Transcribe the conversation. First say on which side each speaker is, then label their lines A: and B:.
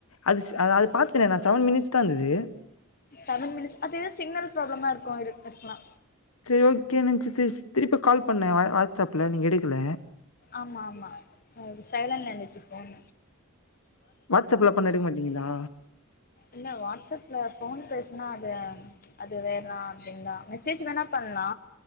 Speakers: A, on the left; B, on the left.
A: அது அது பாத்தனே நா செவன் மினிட்ஸ் தா இந்துது
B: செவன் மினிட்ஸ் அதே சிக்னல் ப்ராப்ளமா இருக்கு இருக்கலா
A: செரி ஓகே நன்ச்ட்ஸ் திருப்பி கால் பண்ணே வா வாட்ஸ் அப்ல நீங்க எடுக்கல
B: ஆமா ஆமா சைலன்ல இந்துச்சு ஃபோன்
A: வாட்ஸ் அப்ல பண்ணா எடுக் மாட்டீங்களா
B: இல்ல வாட்ஸ் அப்ல ஃபோன் பேசுனா அது அது வேனா அப்டின் தா மெசேஜ் வேணா பண்லா